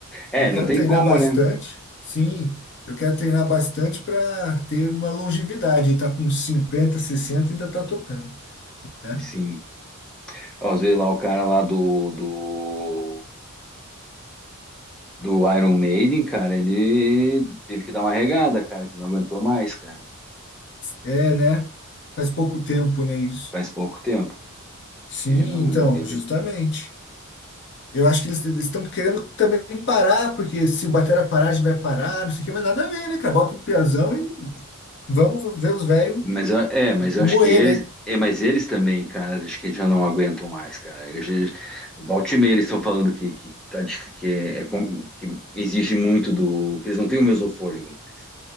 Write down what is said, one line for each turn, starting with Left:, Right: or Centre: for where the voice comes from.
Centre: É,
Left: Eu quero
Centre: não tem
Left: treinar
Centre: como,
Left: bastante,
Centre: né?
Left: sim. Eu quero treinar bastante para ter uma longevidade. E tá com 50, 60 e ainda tá tocando, né?
Centre: Sim. Ó, às vezes lá o cara lá do, do, do Iron Maiden, cara, ele teve que dar uma regada, cara, que não aguentou mais, cara.
Left: É, né? Faz pouco tempo, né, isso.
Centre: Faz pouco tempo.
Left: Sim,
Centre: Ele não.
Left: então,
Centre: Ele,
Left: justamente. Eu acho que eles estão querendo também parar, porque se o batera parar, a gente vai parar, não sei o que, mas nada a ver, né, cara? Bota um piazão e vamos ver os velhos
Centre: Mas eu- é, mas eu
Left: moer,
Centre: acho que eles,
Left: né?
Centre: é, mas eles também, cara, acho que já não aguentam mais, cara. Eu, já- volta e meia eles estão falando que que, tá, dif- que, é, é com- que exige muito do, que eles não têm o mesmo fôlego mais.